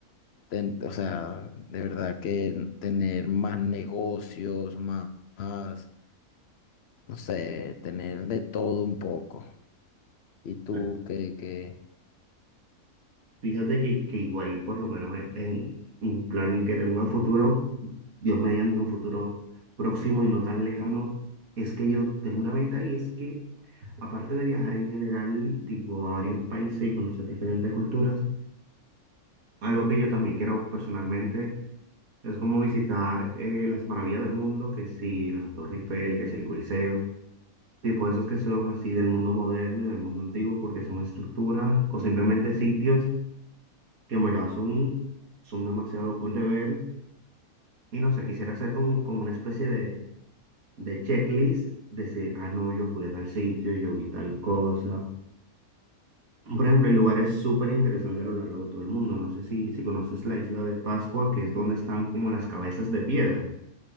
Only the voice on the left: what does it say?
ten- o sea, de verdad que tener más negocios, más, más, no sé, tener de todo un poco. Y tú
que, que